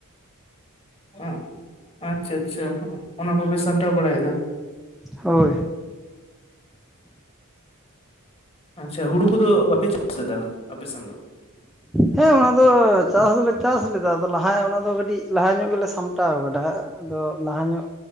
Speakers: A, on the left (about 25°); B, in the centre.
A: ᱦᱚᱸ, ᱟᱪᱪᱷᱟ ᱟᱪᱪᱷᱟ ᱚᱱᱟ ᱠᱚᱯᱮ ᱥᱟᱢᱴᱟᱣ ᱵᱟᱲᱟᱭᱮᱫᱟ ᱾
B: ᱦᱚᱭ
A: ᱟᱪᱪᱷᱟ ᱦᱩᱲᱩ ᱠᱚᱫᱚ ᱵᱟᱯᱮ ᱪᱟᱥᱮᱫᱟ ᱟᱯᱮ ᱥᱮᱱ ᱫᱚ?
B: ᱦᱮᱸ ᱚᱱᱟ ᱫᱚ, ᱪᱟᱥ ᱫᱚᱞᱮ ᱪᱟᱥ ᱞᱮᱫᱟ ᱟᱫᱚ ᱞᱟᱦᱟ ᱚᱱᱟ ᱫᱚ ᱠᱟᱹᱴᱤᱡ ᱞᱟᱦᱟ ᱧᱚᱜ ᱜᱮᱞᱮ ᱥᱟᱢᱴᱟᱣ ᱠᱟᱫᱟ ᱦᱟᱸᱜ ᱾ ᱟᱫᱚ ᱞᱟᱦᱟ ᱧᱚᱜ